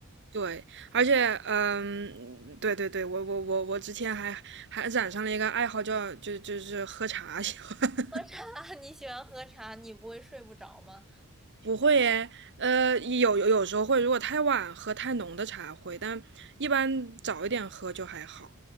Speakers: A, on the right; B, in the centre.
A: 对，而且，嗯，对对对，我我我我之前还还染上了一个爱好叫，就就是喝茶喜欢。<laughs>
B: 喝茶，<laughs> 你喜欢喝茶，你不会睡不着吗？
A: 不会耶，呃，有有有时候会，如果太晚喝太浓的茶会，但一般早一点喝就还好。